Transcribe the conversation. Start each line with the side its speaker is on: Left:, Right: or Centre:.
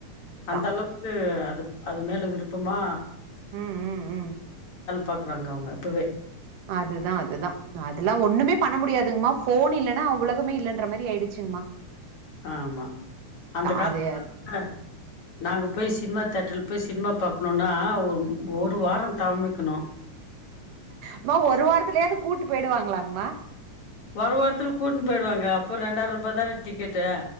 Right: அதுதா
Left: அந்த அளவுக்கு அது அது மேல விருப்பமா
Right: ம் ம் ம்
Left: பாக்குறாங்க அவங்க இப்பவே
Right: அதுதா அதுதா அதெல்லா ஒண்ணுமே பண்ண முடியாதுங்கமா ஃபோன் இல்லன்னா உலகமே இல்லைன்ற மாரி ஆயிடுச்சுங்ம்மா
Left: ஆமா அந்த காலத்துல
Right: அது
Left: நாங்க போய் சினிமா தேட்ரில போய் சினிமா பாக்கணுன்னா ஒரு ஒரு வார தவம் இருக்கணு
Right: ம்மா ஒரு வாரத்துலயாவது கூட்டு போயிடுவாங்களாங்மா
Left: ஒரு வாரத்துல கூட்னு போயிடுவாங்க அப்போ ரெண்டாயிர ரூபாதான டிக்கெட்டு